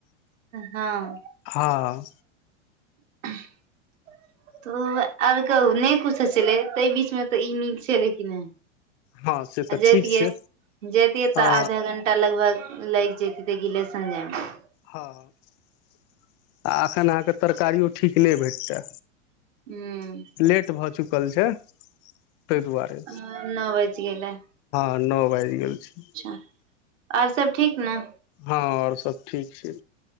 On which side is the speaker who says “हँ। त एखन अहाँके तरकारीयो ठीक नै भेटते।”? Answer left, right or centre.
Left